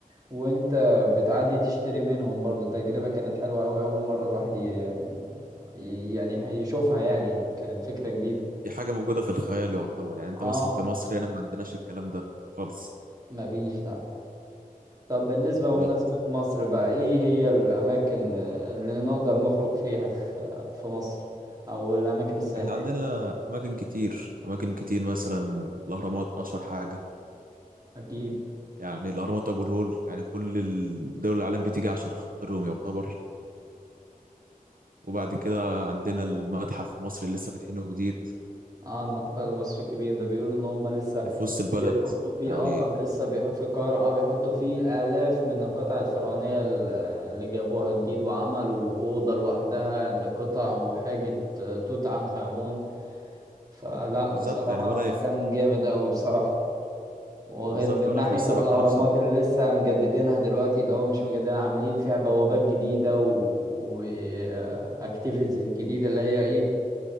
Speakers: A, on the right; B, on the right.
A: وانت بتعدي تشتري منهم برضو تجربة كانت حلوة أوي أول مرة الواحد ي... ي- يعني ح- يشوفها يعني كانت فكرة جديدة
B: دي حاجة موجودة في الخيال يعتبر يعني أنت
A: اه
B: مثلا في مصر هنا ما عندناش الكلام ده خالص
A: مفيش لأ طب بالنسبة
B: بالظبط
A: لمناسبة مصر بقى إيه هي الأماكن اللي نقدر نخرج فيها في في مصر أو الأماكن السياحية
B: يعني عندنا أماكن كتير أماكن كتير مثلا الأهرامات أشهر حاجة
A: أكيد
B: يعني الأهرامات وأبو الهول يعني كل دول العالم بتيجي عشان خاطرهم يعتبر وبعد كده عندنا المتحف المصري اللي لسه فاتحينه جديد
A: اه المتحف المصري الكبير ده بيقولوا إن هما لسه
B: اللي في وسط البلد
A: بيحطوا فيه
B: يعني
A: اه لسه بيحطوا في القاهرة اه بيحطوا فيه آلاف من القطع الفرعونية ال- اللي جابوها جديد وعملوا أوضة لوحدها لقطع وحاجة آه، توت عنخ آمون فلا
B: بالظبط
A: بصراحة
B: يعني ولا
A: مكان
B: يف...
A: جامد أوي بصراحة وغير
B: بالظبط
A: من
B: ولا
A: ناحية
B: فوق السبع
A: الأهرامات
B: آلاف سنة
A: اللي لسه مجددينها دلوقتي اللي هو مش مجددينها عاملين فيها بوابات جديدة و... و... آه، activities جديدة اللي هي ايه